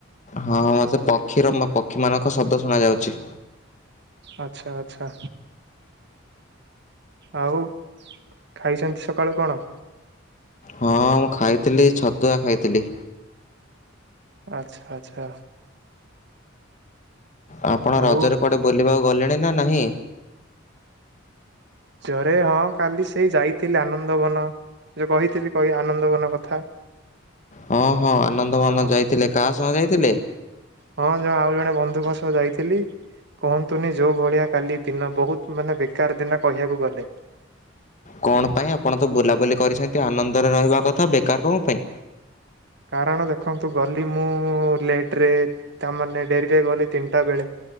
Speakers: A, on the left; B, on the right.
A: ହଁ ମତେ ପକ୍ଷୀର ପକ୍ଷୀମାନଙ୍କ ଶବ୍ଦ ଶୁଣାଯାଉଛି।
B: ଆଚ୍ଛା ଆଚ୍ଛା। ଆଉ ଖାଇଛନ୍ତି ସକାଳୁ କଣ?
A: ହଁ ମୁଁ ଖାଇଥିଲି ଛତୁଆ ଖାଇଥିଲି।
B: ଆଚ୍ଛା ଆଚ୍ଛା।
A: ଆପଣ
B: ଆଉ
A: ରଜରେ କୁଆଡେ ବୁଲିବାକୁ ଗଲେଣି ନା ନାହିଁ?
B: ଜୋରେ ହଁ କାଲି ସେଇ ଯାଇଥିଲି ଆନନ୍ଦବନ ଯୋଉ କହିଥିଲି କହି ଆନନ୍ଦବନ କଥା।
A: ହଁ ହଁ ଆନନ୍ଦବନ
B: ହଁ
A: ଯାଇଥିଲେ କା ସହ ଯାଇଥିଲେ?
B: ହଁ ଜଣ ଆଉ ଜଣେ ବନ୍ଧୁଙ୍କ ସହ ଯାଇଥିଲି କୁହନ୍ତୁନି ଯୋଉ ଭଳିଆ କାଲି ଦିନ ବହୁତ ମାନେ ବେକାର ଦିନ କହିବାକୁ ଗଲେ।
A: କଣ ପାଇଁ ଆପଣ ତ ବୁଲାବୁଲି କରିଛନ୍ତି ଆନନ୍ଦରେ ରହିବା କଥା ବେକାର କଣ ପାଇଁ?
B: କାରଣ ଦେଖନ୍ତୁ ଗଲି ମୁଁ ଲେଟରେ ତାମାନେ ଡେରିରେ ଗଲି ତିନିଟା ବେଳେ